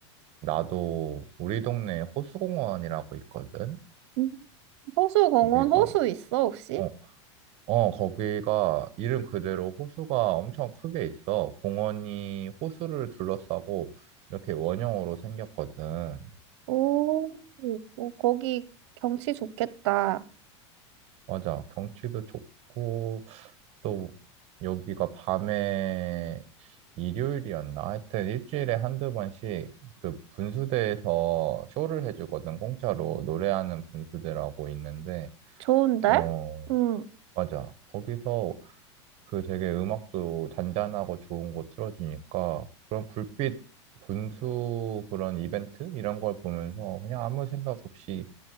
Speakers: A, on the right (about 45°); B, on the right (about 65°).
A: 나도 우리 동네에 호수공원이라고 있거든?
B: 음. 호수 공원,
A: 거기가,
B: 호수 있어, 혹시?
A: 어, 어, 거기가 이름 그대로 호수가 엄청 크게 있어. 공원이 호수를 둘러싸고 이렇게 원형으로 생겼거든.
B: 오, 오, 거기 경치 좋겠다.
A: 맞아. 경치도 좋고, 또 여기가 밤에 일요일이었나? 하여튼 일주일에 한두 번씩 그 분수대에서 쇼를 해주거든. 공짜로 노래하는 분수대라고 있는데,
B: 좋은데?
A: 어,
B: 응.
A: 맞아. 거기서 그 되게 음악도 잔잔하고 좋은 거 틀어주니까 그런 불빛 분수 그런 이벤트 이런 걸 보면서 그냥 아무 생각 없이